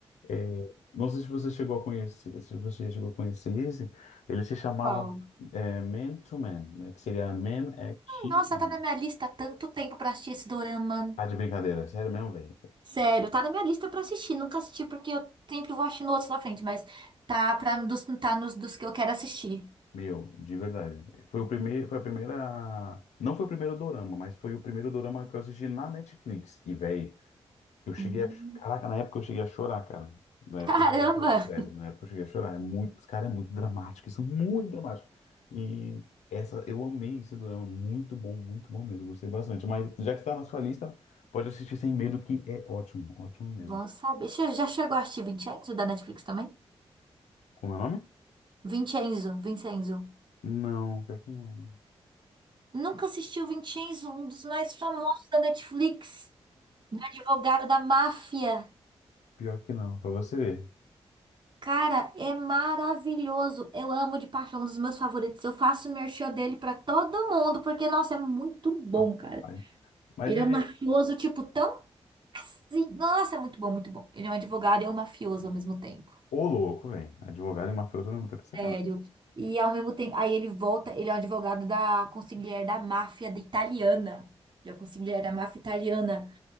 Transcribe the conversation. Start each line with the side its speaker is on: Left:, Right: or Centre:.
Left: É, não sei se você chegou a conhecer, se você chegou a conhecer esse, ele se chamava
Right: Qual?
Left: é, Man to Man, né, que seria Man X
Right: Nossa,
Left: Men.
Right: tá na minha lista há tanto tempo pra assistir esse dorama.
Left: Tá de brincadeira, sério mesmo, velho.
Right: Sério, tá na minha lista pra assistir. Nunca assisti porque eu sempre vou assistindo outros na frente, mas tá, pra, dos, tá nos dos que eu quero assistir.
Left: Meu, de verdade. Foi o primeiro, foi a primeira, não foi o primeiro dorama, mas foi o primeiro dorama que eu assisti na Netflix. E véi, eu cheguei
Right: Hum,
Left: a, caraca, na época eu cheguei a chorar, cara. Na época
Right: Caramba!
Left: eu cheguei a chorar, sério, na época eu cheguei a chorar. É muito, os caras é muito dramático, isso é muito dramático. E essa, eu amei esse dorama, muito bom, muito bom mesmo, gostei bastante. Mas já que está na sua lista, pode assistir sem medo que é ótimo, ótimo mesmo.
Right: Bom saber. Você já chegou a assistir Vincenzo da Netflix também?
Left: Como é o nome?
Right: Vincenzo, Vincenzo.
Left: Não, pior que não.
Right: Nunca assisti o Vincenzo, um dos mais famosos da Netflix. do advogado da máfia.
Left: Pior que não, pra você ver.
Right: Cara, é maravilhoso. Eu amo de paixão, um dos meus favoritos. Eu faço merchan dele pra todo mundo, porque, nossa, é muito bom,
Left: Rapaz.
Right: cara.
Left: Mas
Right: Ele
Left: ele.
Right: é um mafioso, tipo, tão. assim- Nossa, é muito bom, muito bom. Ele é um advogado e é um mafioso ao mesmo tempo.
Left: Ô, louco, velho. Advogado e mafioso ao mesmo tempo é sacanagem.
Right: Sério. E ao mesmo tempo. Aí ele volta, ele é um advogado da consigliere da máfia da italiana. Ele é o consigliere da máfia italiana.